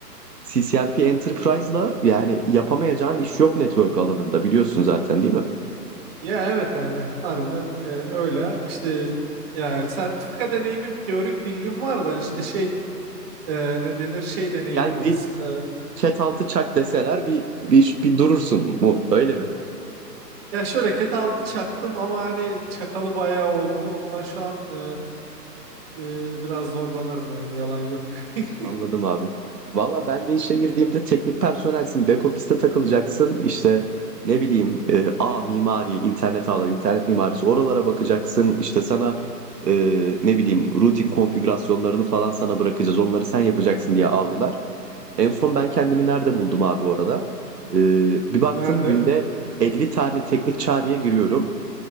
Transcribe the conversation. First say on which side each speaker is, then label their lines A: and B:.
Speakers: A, on the right; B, on the right.
A: CCNP Enterprise'la yani yapamayacağın iş yok network alanında biliyorsun zaten değil mi?
B: Ya evet hani harbiden e, öyle işte yani sertifika deneyimim teorik bilgim var da hani işte şey e, ne denir şey deneyimim
A: Gel
B: az.
A: bir
B: E,
A: chat altı çak deseler bir, bir, bir durursun mu öyle mi?
B: ya şöyle ket altı çaktım ama hani çakalı bayağı oldu ondan şu an e, e, biraz zorlanırım yani yalan yok. <laughs>
A: Anladım abi. Valla ben de işe girdiğimde teknik personelsin. Back office'te takılacaksın. İşte ne bileyim e, A mimari, internet ağları, internet mimarisi oralara bakacaksın. İşte sana e, ne bileyim routing konfigürasyonlarını falan sana bırakacağız. Onları sen yapacaksın diye aldılar. En son ben kendimi nerede buldum abi orada? E, bir baktım
B: Nerede?
A: günde 50 tane teknik çağrıya giriyorum